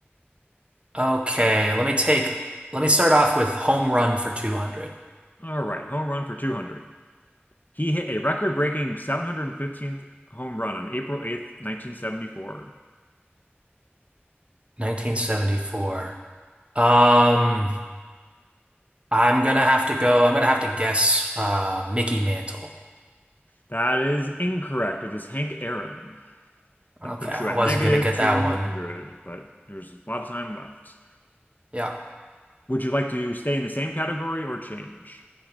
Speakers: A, on the right; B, on the left.
A: Okay, let me take, let me start off with Home Run for two hundred,
B: All right, home run for 200. He hit a record-breaking 715th home run on April 8th, 1974.
A: nineteen seventy four. Um, I'm gonna have to go, I'm gonna have to guess uh Mickey Mantle.
B: That is incorrect. It is Hank Aaron.
A: Okay,
B: That puts
A: I
B: you at
A: wasn't
B: negative
A: gonna get
B: 200,
A: that one.
B: but there's a lot of time left.
A: Yeah.
B: Would you like to stay in the same category or change?